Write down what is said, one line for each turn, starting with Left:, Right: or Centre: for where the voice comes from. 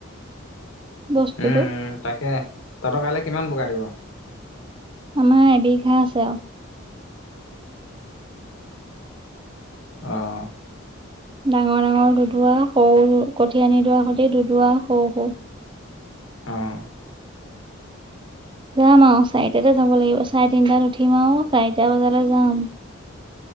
Right: বস্তুটো
Left: উম, উম! তাকে, <unintelligible> কিমান ভগাই দিব?
Right: আমাৰ এবিঘা আছে, আৰু।
Left: অ'!
Right: ডাঙৰ- ডাঙৰ দুদুবা, সৰু কঠিয়া আনি, থোৱা সৈতে, দুদুবা সৰু-সৰু।
Left: অ'!
Right: যাম আৰু চাৰিটাতে যাব লাগিব, চাৰে তিনটাত উঠিম আৰু চাৰিটা বজালৈ যাম।